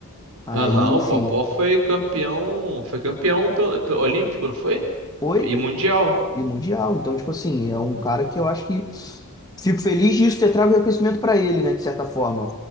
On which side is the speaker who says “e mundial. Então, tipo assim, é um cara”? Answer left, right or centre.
Left